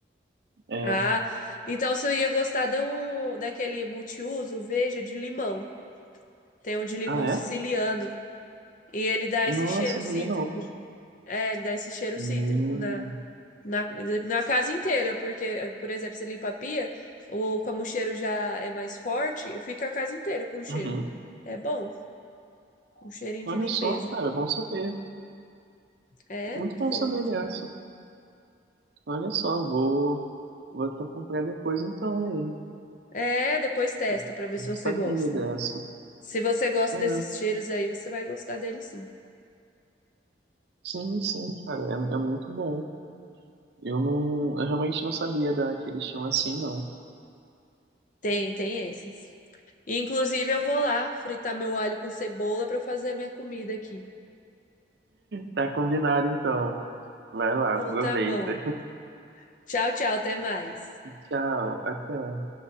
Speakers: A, on the right (about 70°); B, on the left (about 45°).
A: É.
B: Ah, então você ia gostar de um, daquele multiuso, veja, de limão. Tem um de limão
A: Ah,
B: siciliano.
A: é?
B: E ele dá
A: Nossa,
B: esse cheiro cítrico.
A: não vi não.
B: É, ele dá esse cheiro
A: Hum.
B: cítrico na Na, na casa inteira, porque, por exemplo, você limpa a pia, ou como o cheiro já é mais forte, fica a casa inteira com cheiro.
A: Uhum.
B: É bom, um cheirinho
A: Olha
B: de limpeza.
A: só, cara, bom saber.
B: É
A: Muito
B: muito
A: bom
B: bom.
A: saber dessa. Olha só, vou, vou até comprar depois então ele.
B: É, depois testa
A: pô.
B: pra ver
A: Eu
B: se
A: não
B: você
A: sabia
B: gosta.
A: dessa.
B: Se você gosta
A: É,
B: desses cheiros aí, você vai gostar dele sim.
A: sim, sim, cara, é, é muito bom. Eu não, eu realmente não sabia da que eles tinham assim, não.
B: Tem, tem esses. Inclusive, eu vou lá fritar meu alho com cebola pra fazer minha comida aqui.
A: Tá combinado então. Vai lá,
B: Então
A: aproveita.
B: tá bom. Tchau, tchau, até mais.
A: <laughs> Tchau, até.